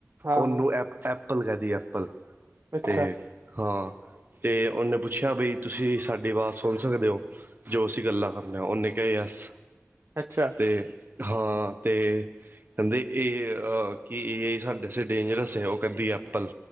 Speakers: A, on the right; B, on the right.
A: ਹਾਂ
B: ਔਨੂੰ ਐਪ, ਐਪਲ ਕੇਦੀ ਐਪਲ,
A: ਅੱਛਾ
B: ਤੇ ਹਾਂ ਤੇ ਉਨੇ ਪੁੱਛਿਆ ਬਈ ਤੁਸੀਂ ਸਾਡੀ ਅਵਾਜ਼ ਸੁਣ ਸਕਦੇ ਹੋ? ਜੋ ਅਸੀਂ ਗੱਲਾਂ ਕਰਨੇ ਆ, ਉਨੇ ਕਯਾ ਯਸ।
A: ਅੱਛਾ,
B: ਤੇ ਹਾਂ ਤੇ ਕਹਿੰਦੇ ਇਹ ਅ ਕੀ ਇਹ ਸਾਡੇ ਡੇਂਜਰਸ ਏ? ਉ ਕਹਿੰਦੀ ਐਪਲ